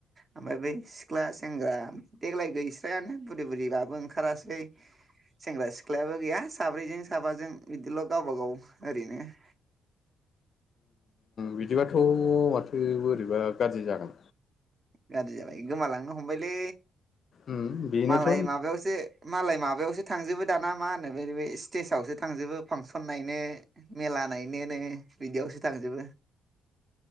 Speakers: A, on the right; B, on the left.
A: ओमफ्राय बै सिख्ला सेंग्रा देग्लाय गैस्रायानो बोरैबाबो ओंखारासै सेंग्रा सिख्लायाबो गैया साब्रैजों साबाजों बिदिल' गावबा गाव ओरैनो <inaudible>
B: बिदिबाथ' माथो बोरैबा गाज्रि जागोन
A: गाज्रि जाबाय गोमालांनो हमबायलै
B: उम बेनोथ'
A: मालाय माबायावसो मालाय माबायावसो थांजोबो दाना मा होनो बेै स्टेजावसो थांजोबो फांसन नायनो मेरला हानाय नो बिदियावसो थांजोबो